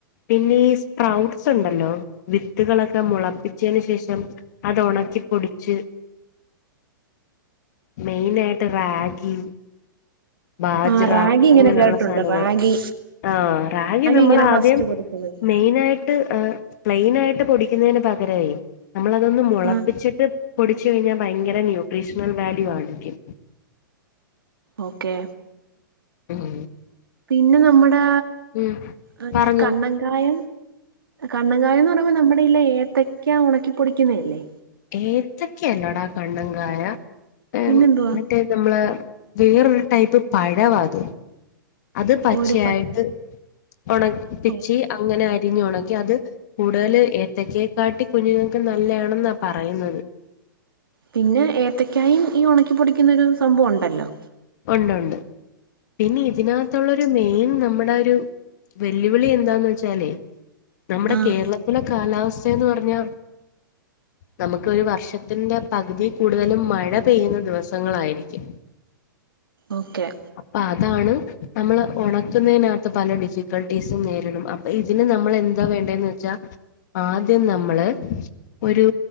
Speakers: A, on the left; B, on the right.
A: പിന്നെ ഈ സ്പ്രൗട് സുണ്ടല്ലോ വിത്തുകളൊക്കെ മുളപ്പിച്ചേന് ശേഷം അത് ഒണക്കിപൊടിച്ച്. മെയിനായിട്ട് റാഗി ബാജ്റാ
B: ആ റാഗി ഇങ്ങനെ
A: അങ്ങനെള്ള
B: കേട്ടിട്ടുണ്ട്
A: സാനങ്ങള്.
B: റാഗി
A: ആഹ് റാഗി നമ്മളാദ്യം
B: ഇങ്ങനെ ഫസ്റ്റ് കൊടുക്കുന്നത്
A: മെയിനായി ട്ട് എഹ് പ്ലെയിനായിട്ട് പൊടിക്കുന്നേന് പകരവേ നമ്മളതൊന്ന് മുളപ്പിച്ചിട്ട്.
B: ആഹ്
A: പൊടിച്ചു കഴിഞ്ഞാ ഭയങ്കര ന്യൂട്രീഷണൽ വാല്യൂ ആയിരിക്കും.
B: ഓക്കേ.
A: ഉം.
B: പിന്നെ നമ്മടെ
A: ഉം
B: ആഹ്
A: പറഞ്ഞോ
B: ഈ കണ്ണങ്കായ. കണ്ണങ്കായാന്ന് പറയ്മ്പൊ നമ്മുടെയിലെ ഏത്തക്കാ ഒണക്കിപ്പൊടിക്കുന്നയല്ലേ?
A: ഏത്തക്കയല്ലടാ കണ്ണൻങ്കായ ഏഹ്
B: പിന്നെന്തുവാ
A: മറ്റേ നമ്മളെ വേറൊരു ടൈപ്പ് പഴവാ അത്. അത് പച്ചയായിട്ട്
B: ഒരു പ
A: ഒണക് പ്പിച്ചി
B: ഓക്കെ
A: അങ്ങനെ അരിഞ്ഞു ഒണക്കി അത് കൂടുതല് ഏത്തക്കെയെ കാട്ടി കുഞ്ഞുങ്ങക്ക് നല്ലയാണെന്നാ പറയുന്നത്.
B: പിന്നെ ഏത്തക്കായും ഈ ഒണക്കി പൊടിക്കുന്നൊരു സംഭവം ഉണ്ടല്ലോ?
A: ഉണ്ടുണ്ട്. പിന്നെ ഇതിനകത്തുള്ളൊരു മെയിൻ നമ്മടാ ഒരു വെല്ലുവിളി എന്താന്ന് വെച്ചാലേ നമ്മുടെ
B: ആഹ്
A: കേരളത്തിലെ കാലാവസ്ഥയെന്ന് പർഞ്ഞാ നമുക്ക് ഒരു വർഷത്തിന്റെ പകുതി കൂടുതലും മഴ പെയ്യുന്ന ദിവസങ്ങളായിരിക്കും.
B: ഓക്കെ.
A: അപ്പ അതാണ് നമ്മള് ഒണക്കുന്നെയ്നകത്ത് പല ഡിഫിക്കൾട്ടീസും നേരിടും. അ ഇതിന് നമ്മൾ എന്താ വേണ്ടേന്ന് വെച്ചാ, ആദ്യം നമ്മള് ഒരു